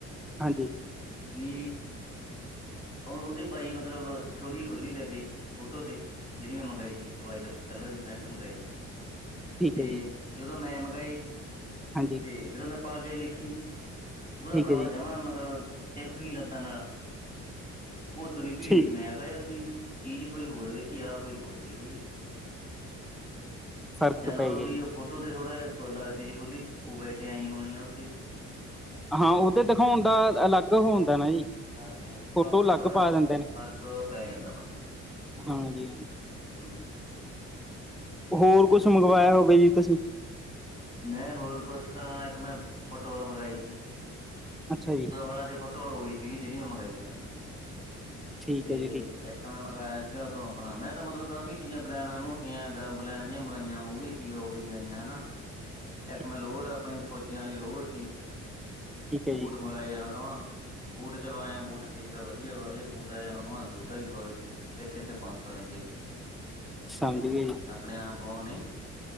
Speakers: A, in the centre; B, on the left.
A: ਹਾਂਜੀ
B: ਵੀ ਹੁਣ ਉਦੇ ਪਾਈ ਮਤਲਬ ਥੋੜੀ ਖੁੱਲੀ ਲੱਗੇ ਫੋਟੋ ਤੇ। ਜੇੜੀ ਮੈਂ ਮੰਗਾਈ ਸੀ ਵਾਈਟ ਕਲਰ ਦੀ ਪੈਂਟ ਮੰਗਾਈ ਸੀ।
A: ਠੀਕ
B: ਤੇ
A: ਐ ਜੀ।
B: ਜਦੋਂ ਮੈਂ ਮੰਗਾਈ
A: ਹਾਂਜੀ
B: ਤੇ ਜਦੋਂ ਮੈਂ ਪਾ ਕੇ ਵੇਖੀ ਉਹਦਾ
A: ਠੀਕ
B: ਭਰਾਵਾ
A: ਹੈ ਜੀ
B: ਜਮਾ ਮਤਲਬ, ਚਿਪਕੀ ਲੱਤਾਂ ਨਾਲ, ਉਦੂ ਭੀਖ
A: ਠੀਕ
B: ਨੇ ਯਾ ਫੇਰ ਵੀ, ਚੀਜ਼ ਕੋਈ ਹੋਰ ਵੇਖੀ ਆ, ਕੋਈ ਹੋਰ ਗਈ ਇਹ ਕੀ
A: ਫ਼ਰਕ
B: ਜਾਂਲਾਲੋ
A: ਪੈ ਗਿਆ
B: ਵੀ,
A: ਜੀ
B: ਉਹ ਫੋਟੋ ਤੇ ਥੋੜਾ ਜਿਹਾ ਲੱਗਦੀ ਸੀ ਖੁੱਲੀ, ਉਹ ਵੈਸੇ ਆਈ ਹੋਣੀ ਆ ਉਥੇ
A: ਹਾਂ ਉਧਰ ਦਿਖਾਉਣ ਦਾ, ਅਲੱਗ ਹੁੰਦਾ ਨਾ ਜੀ।
B: ਹਾਂਜੀ-ਹਾਂਜੀ ਦਿਖਾਉਣ
A: ਫੋਟੋ
B: ਦਾ,
A: ਅਲੱਗ
B: ਥੋੜਾ
A: ਪਾ ਦਿੰਦੇ ਨੇ
B: ਫ਼ਰਕ ਪੈ ਜਾਂਦਾ ਵਾ
A: ਹਾਂਜੀ
B: ਹਮ।
A: ਹੋਰ, ਕੁਛ ਮੰਗਵਾਇਆ ਹੋਵੇ ਜੀ ਤੁਸੀਂ
B: ਮੈਂ ਹੋਰ ਕੁਛ ਤਾਂ, ਇੱਕ ਮੈਂ ਫੁਟਬਾਲ ਮੰਗਵਾਈ ਸੀ।
A: ਅੱਛਾ ਜੀ।
B: ਹਾਂਲਾਂ ਕੇ ਫੁਟਵਾਲ ਉਹੀ ਸੀਗੀ, ਜਿਹੜੀ ਮੈਂ ਮੰਗਾਈਆ ਮੈਂ
A: ਠੀਕ
B: ਤੇ
A: ਹੈ ਜੀ ਠੀਕ
B: ਇੱਕ ਮੈਂ ਮੰਗਾਇਆ ਸੀਗਾ ਉਥੋਂ ਆਪਣਾ, ਮੈਂ ਤਾਂ ਮਤਲਬ ਕਾਫ਼ੀ ਚੀਜ਼ਾਂ ਬਲੈਣਾ ਮੋਟੀਆਂ, ਗਰਮ ਬਲੈਣਾ ਜਿਹੀਆਂ ਮੰਗਾਈਆ ਉਹ ਵੀ ਕੀ, ਉਹੀ ਆਈਆਂ ਹਨਾ
A: <inaudible> <inaudible>
B: ਇੱਕ ਮੈਂ ਲੋਹਰ ਆਪਣੀ, ਫੌਜੀਆਂ ਵਾਲੀ ਲੋਹਰ ਸੀ।
A: ਠੀਕ ਹੈ ਜੀ।
B: ਐਵੇਂ ਮੈਂ ਕਿਵਾ,, ਬੂਟ ਚਲੋ ਆਏ ਆ ਬੂਟ ਠੀਕ ਆ ਵਧੀਆ ਵਾ, ਇਹ ਬੂਟ ਆਏ ਐਵੇਂ ਕਿਹਾ ਦੋ ਢਾਈ ਸੌ ਦੇ ਕਿੱਥੇ -ਇੱਥੇ ਪੰਜ ਸੌ, ਲੈਂਦੇ ਆ
A: ਪਸੰਦ ਵੀ
B: ਆਪਣੇ ਆਪ ਔ ਨਈ,